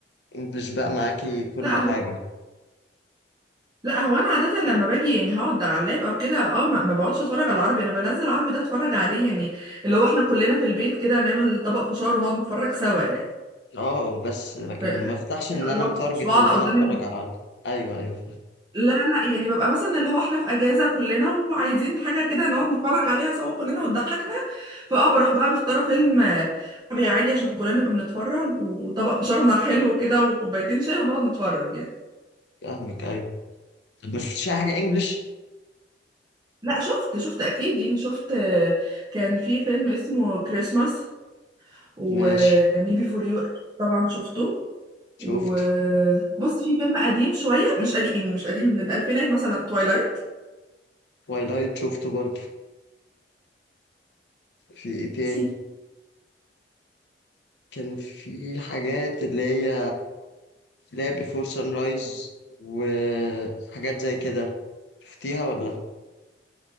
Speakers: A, on the left (about 70°); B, on the right (about 25°).
A: انجلش بقى معاكي
B: <laughs>
A: كل
B: لا هو
A: حاجة
B: لا هو انا عادة لما باجي يعني هقعد على اللاب او كده اه ما, ما بقعدش اتفرج على العربي انا بنزل عربي ده اتفرج عليه يعني اللي هو احنا كلنا في البيت كده نعمل طبق فشار ونقعد نتفرج سوا يعني
A: اه بس لكن
B: ف... ف...
A: ما افتحش ان
B: اللي
A: انا
B: هو
A: متارجت
B: مش بقعد
A: ان
B: قدام
A: انا اتفرج على عربي ايوه ايوه
B: لا لا يعني ببقى مثلا اللي هو احنا في اجازه كلنا وعايزين حاجه كده نقعد نتفرج عليها سوا كلنا وتضحكنا فاه بروح بقى مختاره فيلم آه، عربي عادي عشان كلنا نبقى بنتفرج وطبق فشارنا الحلو كده وكوبايتين شاي ونقعد نتفرج يعني
A: فاهمك ايوه طب ما شفتش اي حاجة انجلش
B: لا شفت شفت اكيد يعني شفت آه، كان في فيلم اسمه كريسماس وميبي
A: ماشي
B: فور يو طبعا شفته
A: شفت
B: وبص في فيلم قديم شويه مش قديم يعني مش قديم من الالفينات مثلا تويلايت
A: تويلايت شفته برضه في ايه تاني
B: في
A: كان في حاجات اللي هي اللي هي بيفور سان رايز وحاجات زي كده شفتيها ولا